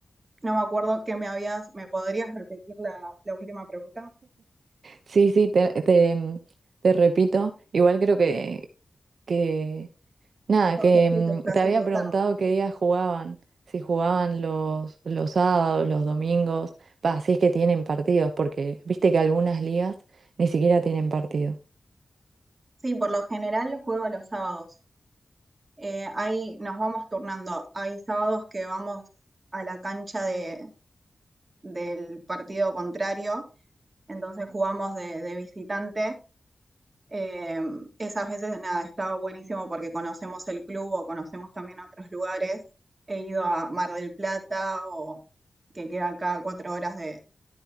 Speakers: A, on the right; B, on the right.
A: no me acuerdo que me habías, ¿me podrías repetir la, la última pregunta?
B: Sí, sí, te, te, mm, te repito, igual creo que, que nada,
A: Porque
B: que
A: esto te está
B: mm,
A: haciendo
B: te había preguntado
A: tarde.
B: qué días jugaban, si jugaban los, los sábados, los domingos, pa, si es que tienen partidos, porque viste que algunas ligas ni siquiera tienen partido.
A: Sí, por lo general juego los sábados. Eh, ahí nos vamos turnando. Hay sábados que vamos a la cancha de, del partido contrario, entonces jugamos de, de visitante Eh, esas veces, nada, estaba buenísimo porque conocemos el club o conocemos también otros lugares. He ido a Mar del Plata o que queda acá a cuatro horas de,